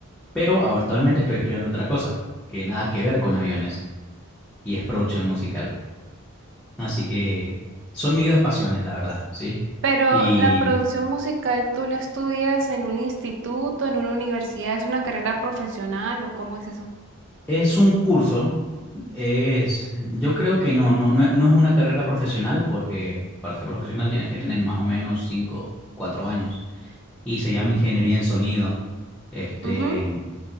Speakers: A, in the centre; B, on the right.
A: Pero actualmente estoy estudiando otra cosa, que nada que ver con aviones y es producción musical. Así que son mis dos pasiones, la verdad, ¿sí?
B: Pero
A: Y
B: la producción musical, ¿tú la estudias en un instituto, en una universidad? ¿Es una carrera profesional o cómo es eso?
A: es un curso, es, yo creo que no, no, no, no es una carrera profesional porque para ser profesional tienes que tener más o menos 5 4 años y se llama ingeniería en sonido. Este,
B: Ujú.